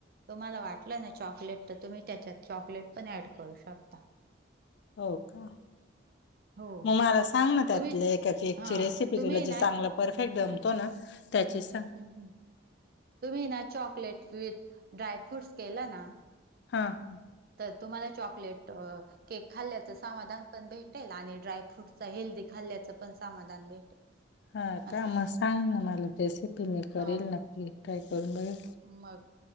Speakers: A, on the right; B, on the left.
A: तुम्हाला वाटलं ना चॉकलेट तर तुम्ही त्याच्यात चॉकलेट पण ऍड करू शकता.
B: हो का.
A: हो
B: मग मला सांग ना त्यातले
A: तुम्हीच
B: एका केकची
A: हा
B: रेसिपी
A: तुम्ही
B: तुला
A: ना
B: जे चांगलं. परफेक्ट जमतो ना त्याचेच सांग.
A: ह तुम्ही ना चॉकलेट विथ ड्राय फ्रूट्स केलं ना.
B: हा हा,
A: तर तुम्हाला चॉकलेट. केक खाल्ल्याचं समाधान पण भेटेल आणि ड्रायफ्रूटचा हेल्दी खाल्ल्याचं पण समाधान भेटेल.
B: हा का
A: असं
B: मग सांग ना मला रेसिपी मी करेल
A: अ
B: नक्की ट्राय करून बघेल.
A: मग